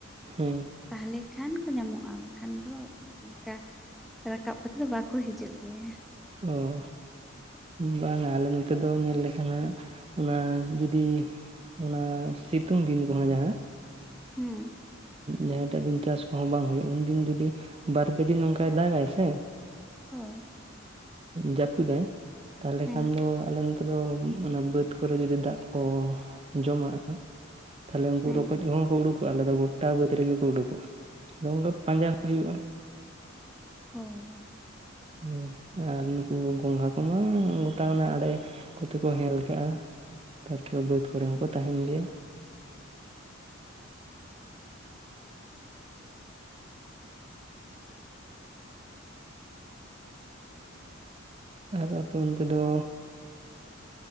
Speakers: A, on the right (about 30°); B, in the centre.
A: ᱦᱮᱸ
B: ᱛᱟᱦᱚᱞᱮ ᱠᱷᱟᱱ ᱠᱚ ᱧᱟᱢᱚᱜᱼᱟ ᱵᱟᱠᱷᱟᱱ ᱫᱚ ᱚᱱᱠᱟ ᱨᱟᱠᱟᱵ ᱠᱟᱛᱮᱫ ᱫᱚ ᱵᱟᱠᱚ ᱦᱤᱡᱩᱜ ᱜᱮᱭᱟ ᱾
A: ᱚ ᱵᱟᱝᱼᱟ ᱟᱞᱮ ᱱᱚᱛᱮ ᱫᱚ ᱧᱮᱞ ᱞᱮᱠᱷᱟᱱ ᱦᱟᱸᱜ ᱚᱱᱟ ᱡᱩᱫᱤ ᱚᱱᱟ ᱥᱤᱛᱩᱝ ᱫᱤᱱ ᱠᱚᱦᱚᱸ ᱡᱟᱦᱟᱸ
B: ᱦᱮᱸ
A: ᱡᱟᱦᱟᱸᱭᱴᱟᱜ ᱫᱤᱱ ᱪᱟᱥ ᱠᱚᱦᱚᱸ ᱵᱟᱝ ᱦᱩᱭᱩᱜᱼᱟ ᱩᱱᱫᱤᱱ ᱡᱩᱫᱤ ᱵᱟᱨ-ᱯᱮ ᱫᱤᱱ ᱱᱚᱝᱠᱟᱟᱭ ᱫᱟᱜᱽᱟᱭ ᱥᱮ
B: ᱦᱳᱭ
A: ᱡᱟᱹᱯᱩᱫᱟᱭ ᱛᱟᱦᱞᱮ
B: ᱦᱮᱸ
A: ᱠᱷᱟᱱ ᱫᱚ ᱟᱞᱮ ᱱᱚᱛᱮ ᱫᱚ ᱚᱱᱟ ᱵᱟᱹᱫᱽ ᱠᱚᱨᱮ ᱡᱩᱫᱤ ᱫᱟᱜ ᱠᱚ ᱡᱚᱢᱟᱜᱼᱟ ᱛᱟᱦᱚᱞᱮ ᱩᱱᱠᱩ
B: ᱦᱮᱸ
A: ᱨᱚᱠᱚᱡ ᱦᱚᱸ ᱠᱚ ᱩᱰᱩᱠ ᱟᱞᱮᱫ ᱫᱚ ᱜᱚᱴᱟ ᱵᱟᱹᱫᱽ ᱨᱮᱜᱮ ᱠᱚ ᱩᱰᱩᱠᱚᱜᱼᱟ ᱟᱫᱚ ᱚᱱᱠᱟ ᱯᱟᱸᱡᱟ ᱦᱚᱸ ᱦᱩᱭᱩᱜᱼᱟ ᱾
B: ᱦᱚᱸ
A: ᱦᱮᱸ ᱟᱨ ᱱᱩᱠᱩ ᱜᱚᱝᱜᱷᱟ ᱠᱚᱢᱟ ᱜᱚᱴᱟ ᱚᱱᱟ ᱟᱲᱮ ᱾ ᱠᱚᱛᱮ ᱠᱚ ᱦᱮᱞᱠᱟᱜᱼᱟ ᱛᱟᱨᱯᱚᱨᱮ ᱵᱟᱹᱫᱽ ᱠᱚᱨᱮ ᱦᱚᱸᱠᱚ ᱛᱟᱦᱮᱱ ᱜᱮᱭᱟ ᱾ ᱟᱨ ᱟᱯᱮ ᱚᱱᱛᱮ ᱫᱚ